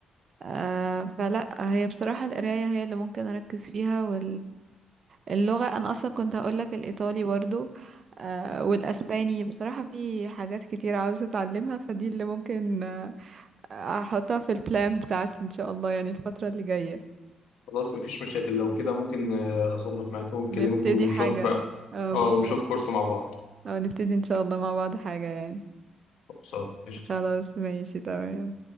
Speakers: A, on the right; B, on the left.
A: آه فلا هي بصراحة القراية هي اللي ممكن اركز فيها اللغة أنا أصلا كنت هقولك الإيطالي برضو آه والأسباني بصراحة في حاجات كتير عاوزة أتعلمها فدي اللي ممكن آه أحطها في البلان بتاعتي إن شاء الله يعني الفترة اللي جاية
B: خلاص مفيش مشاكل لو كده ممكن آه، اظبط معاك ونكلمك
A: نبتدي
B: ونشوف
A: حاجة اه
B: اه
A: بالظبط
B: ونشوف كورس مع بعض
A: اه نبتدي إن شاء الله مع بعض حاجة يعني
B: خلاص آه، قشطة.
A: خلاص ماشي تمام